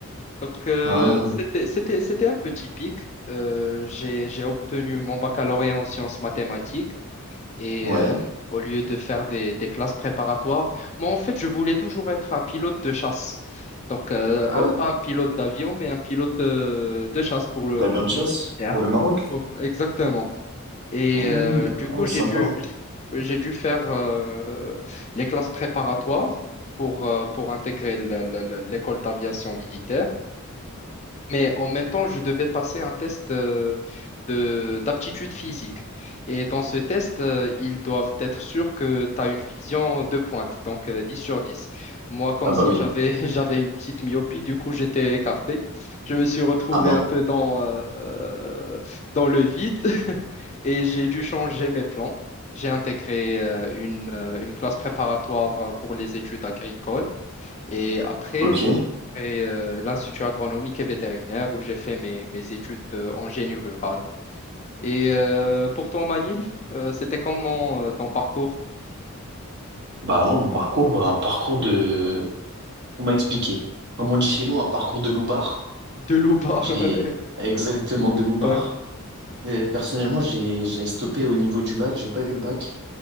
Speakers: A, on the left; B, on the right.
A: Donc, euh,
B: Ah,
A: c'était, c'était, c'était un peu typique. Euh, j'ai, j'ai obtenu mon baccalauréat en sciences mathématiques. Et
B: ouais.
A: euh, au lieu de faire des, des classes préparatoires, moi, en fait, je voulais toujours être un pilote de chasse. Donc, euh,
B: Ah
A: un,
B: ouais?
A: pas un pilote d'avion, mais un pilote de, de chasse pour le,
B: D'avion
A: pour
B: de chasse
A: le militaire.
B: pour le Maroc?
A: Oh, exactement. Et
B: Hmm,
A: euh, du
B: ah
A: coup,
B: ouais,
A: j'ai
B: sympa.
A: dû, j'ai dû faire euh, les classes préparatoires pour, euh, pour intégrer le- le- le- l'école d'aviation militaire. Mais en même temps, je devais passer un test euh, de d'aptitude physique. Et dans ce test, euh, ils doivent être sûrs que tu as une vision de pointe, donc euh, 10 sur 10. Moi, comme
B: Ah bah
A: si
B: oui.
A: j'avais <laughs> j'avais une petite myopie, du coup, j'étais écarté. Je me suis retrouvé
B: Ah moi,
A: un peu dans, euh, dans le vide <laughs> et j'ai dû changer mes plans. J'ai intégré euh, une, euh, une classe préparatoire euh, pour les études agricoles. Et après,
B: ok.
A: j'ai intégré euh, l'Institut agronomique et vétérinaire où j'ai fait mes, mes études euh, en génie rural. Et euh, pour toi, Manil, euh, c'était comment euh, ton parcours
B: Bah moi, mon parcours, un parcours de... On m'a expliqué. Comme on dit chez nous, un parcours de loubard.
A: de loup-bas?
B: J'ai
A: <laughs>
B: exactement de loubard.
A: Ouais.
B: Euh, Personnellement, j'ai j'ai stoppé au niveau du bac, j'ai pas eu le bac,